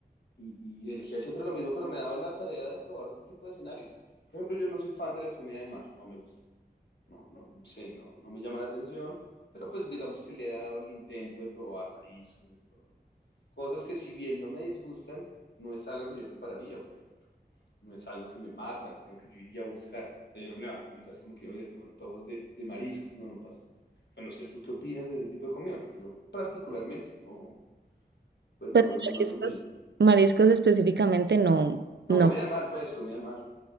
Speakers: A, on the left (about 75°); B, on the right (about 85°).
A: Y, y elegía siempre lo mismo, pero me ha dado la tarea de probar otro tipo de escenarios. Por ejemplo, yo no soy fan de la comida de mar, no me gusta no, no, no sé, no, no me llama la atención, pero pues digamos que le he dado el intento de probar mariscos, de probar cosas que si bien no me disgustan, no es algo que yo prepararía, por ejemplo. No es algo que me matan, es algo que yo iría a buscar. O sea, yo no me levanto en mi casa como que, oye, tengo antojos de, de mariscos. No, no pasa. Bueno, no sé, ¿tú qué opinas de ese tipo de comida? Pero yo particularmente, no, pues
B: Pues
A: no, no, no
B: mariscos,
A: es lo mío.
B: mariscos específicamente no, no
A: No, comida de mar, pues, comida de mar.